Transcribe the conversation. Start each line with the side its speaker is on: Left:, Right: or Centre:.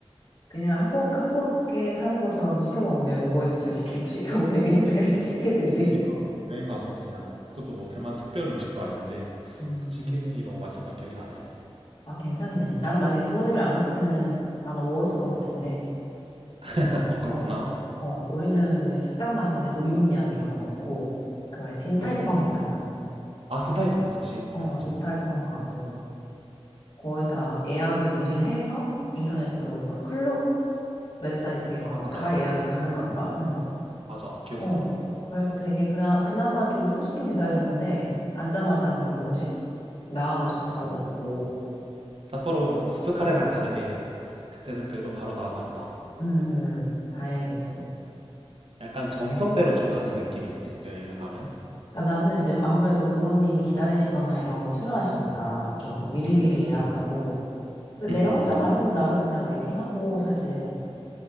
Left: 그냥 한국, 한국에 사는 것처럼 시켜 먹었네. 오버이츠 시키고, 시키고, 배민데 <laughs> 시키듯이.
Right: 그니까 여행 가서 그냥 그것도 뭐 대만 특별 음식도 아닌데
Left: 음.
Right: 그 치킨이 너무 맛있었던 기억이 나네
Left: 아, 괜찮네. 나는 만약에 부모님이랑 안 갔으면은 아마 먹었을 것 같은데.
Right: <laughs> 어 그렇구나
Left: 어, 어, 우리는 그냥 식당 가서 그냥 우육면 이런 거 먹고, 그 왜, 딘타이펑
Right: 그건 꼭 먹어봐야지
Left: 있잖아.
Right: 아 딘타이펑 그치
Left: 어,
Right: 유명하지
Left: 딘타이펑 가고, 거의 다 예약을 미리 해서 인터넷으로 그 클럽 웹사이트에서
Right: 아 맞아
Left: 다
Right: 맞아
Left: 예약이 가능하더라?
Right: 음,
Left: 응.
Right: 맞아 기억이
Left: 어,
Right: 나
Left: 그래서 되게 그나, 그나마 좀 30분 기다렸는데, 앉자마자 그래도 음식 나와가지고 바로 먹고,
Right: 사포로 스프카레랑 다르게 그때는 그래도 바로 나왔나 보다.
Left: 음, 다행이었어.
Right: 약간 정석대로 좀 가는 느낌이 있네. 여행을 가면.
Left: 그러니까 나는 이제 아무래도 부모님이 기다리시거나 이런 거 싫어하시니까 좀 미리미리
Right: 음.
Left: 예약하고, 근데
Right: 음, 음,
Left: 내가 혼자
Right: 음.
Left: 가면은 나는 그냥 웨이팅하고 사실